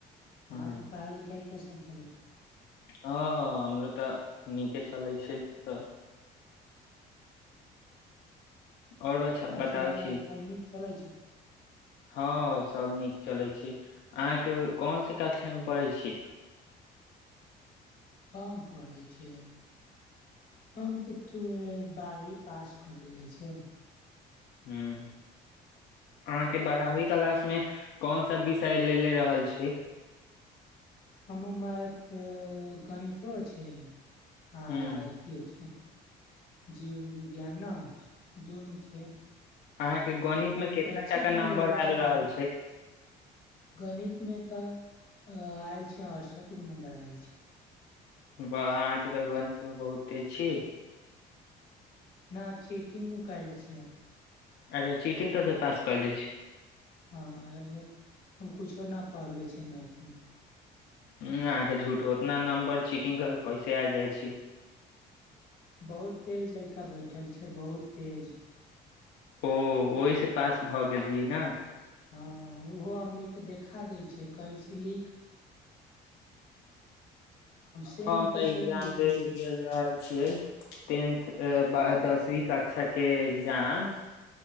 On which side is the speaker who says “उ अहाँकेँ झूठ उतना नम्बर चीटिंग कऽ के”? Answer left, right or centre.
Left